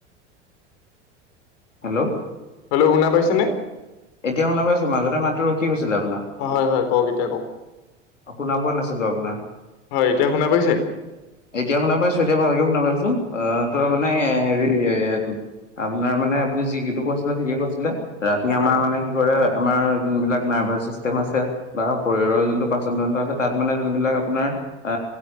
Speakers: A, on the left (about 85°); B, on the left (about 55°).
A: হেল্ল'।
B: হেল্ল শুনা পাইছেনে।
A: এতিয়া শুনা পাইছো মাজতে মাতটো ৰখি গৈছিলে আপোনাৰ।
B: অ হয় -হয় -কওক এতিয়া কওক
A: শুনা পোৱা নাছিলো আপোনাৰ
B: হয় এতিয়া শুনা পাইছে।
A: এতিয়া শুনা পাইছো এতিয়া ভালকে শুনা পাইছো আহ তই
B: হয়
A: মানে
B: হয়।
A: হেৰি। এ আপোনাৰ মানে আপুনি যি কিটো কৈছিলে ঠিকে কৈছিলে ৰাতি
B: হয়
A: আমাৰ মানে কি কৰে। আমাৰ যোনবিলাক নাৰ্ভাছ চিষ্টেম আছে বা শৰীৰৰ যোনটো। পাচন ডন্দ আছে তাত মানে যোনবিলাক আপোনাৰ। অ